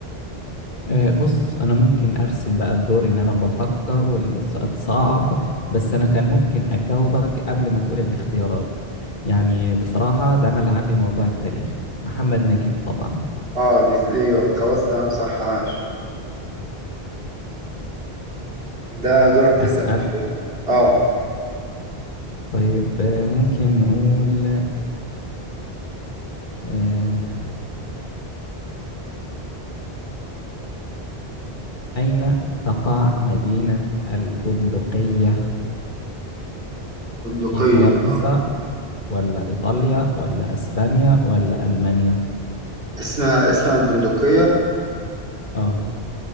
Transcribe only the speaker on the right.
اه دي ايوه خلاص تمام صح عاش ده دورك تسأل
مش كده اه
بندقية
اه
اسمها اسمها البندقية